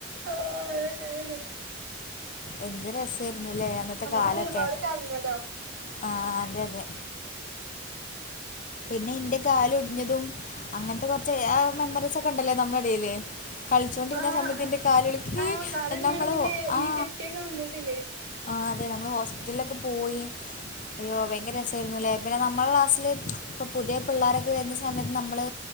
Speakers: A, on the right; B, on the left.
A: ആ അതന്ന അരന്ന
B: എന്ത് രസായിരുന്നുല്ലേ അന്നത്തെ കാലൊക്കെ
A: നീ ഒരുപാട് കരഞ്ഞല്ലോ
B: ആ അതത് പിന്നെ എന്റെ കാാല ഒടിഞ്ഞതും അങ്ങനത്തെ കുറച്ച് മെമ്മറീസ് ഒക്കെ ഉണ്ടല്ലേ നമ്മുടെ ഇടയില് കളിച്ചോണ്ടിരുന്ന
A: ആഹ്
B: സമയത്തിന്റെ കാലക്ക്
A: ആഹ് കാലൊടിഞ്ഞാണ്ട്
B: നമ്മള്
A: പിന്നെ
B: ആഹ
A: ഈ കെട്ടിയൊക്കെ വന്നിട്ടില്ലേരുന്നോ
B: ആ അത നമ്മൾ ഹോസ്പിറ്റലിലൊക്കെ പോയി അയ്യോ ഭയങ്കര രസമായിരുന്നു അല്ലെ പിന്നെ നമ്മളെ ക്ലാസ്സിില് ഇപ്പൊ പുതിയ പിള്ളോരൊക്കെ വരുന്ന സമയത്ത് നമ്മള്